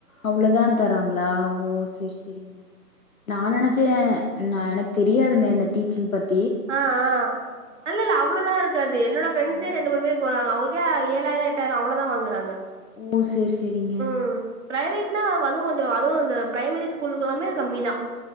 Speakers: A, on the left; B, on the right.
A: அவ்ளோதா தராங்களா ஓ சேர் சேரிங்க நா நெனச்சே நா எனக்கு தெரியாதுங்க இந்த டீச்சிங் பத்
B: ஆ ஆ இல்ல இல்ல அவ்ளோலா இருக்காது என்னோட ஃப்ரண்ட்ஸே
A: வாங்
B: ரெண்டு மூணு பேர் போறாங்க அவங்ள் <unintelligible> ஏழாயிரோ எட்டாயிரோ அவ்ளோதா வாங்குறாங்க
A: ஓ சேரி சேரிங்க
B: ம் பிரைவேட்னா அதுவு கொஞ்சோ அதுவு இந்த பிரைமரி ஸ்கூலுக்கு எல்லாமே கம்மி தா